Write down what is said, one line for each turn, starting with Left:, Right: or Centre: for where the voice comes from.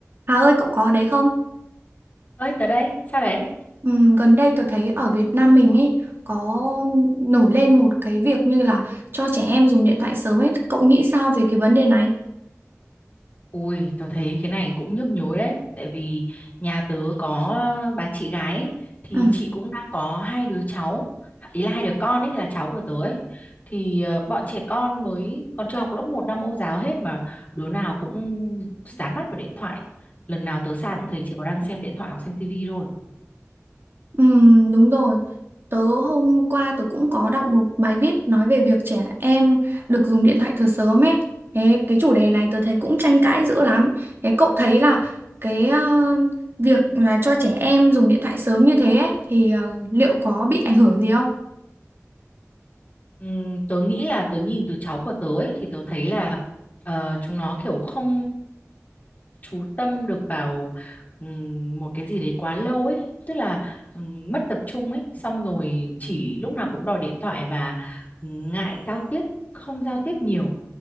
Right: Hà ơi cậu có ở đấy không?
Left: ơi tớ đây sao đấy
Right: Ừm, gần đây tôi thấy ở Việt Nam mình ấy có nổi lên một cái việc như là cho trẻ em dùng điện thoại sớm ấy. Cậu nghĩ sao về cái vấn đề này?
Left: Ui, tớ thấy cái này cũng nhức nhối đấy, tại vì nhà tớ có ờ, bà chị gái ấy, thì
Right: Ừ.
Left: chị cũng đang có hai đứa cháu, ý là hai đứa con ấy là cháu của tớ ấy. Thì ờ, bọn trẻ con mới còn chưa học lớp một đang mẫu giáo hết mà đứa nào cũng dán mắt vào điện thoại. Lần nào tớ sang cũng thấy chỉ có đang xem điện thoại hoặc xem tivi thôi.
Right: Ừm, đúng rồi. Tớ hôm qua tớ cũng có đọc một bài viết nói về việc trẻ em được dùng điện thoại từ sớm ấy. Thế cái chủ đề này tớ thấy cũng tranh cãi dữ lắm. Thế cậu thấy là cái ờ, việc là cho trẻ em dùng điện thoại sớm như thế ấy thì ờ, liệu có bị ảnh hưởng gì không?
Left: Ừm, tớ nghĩ là tớ nhìn từ cháu của tớ ấy, thì tớ thấy là ờ, chúng nó kiểu không chú tâm được vào ừm, một cái gì đấy quá lâu ấy tức là ừm, mất tập trung ấy xong rồi chỉ lúc nào cũng đòi điện thoại và ngại giao tiếp không giao tiếp nhiều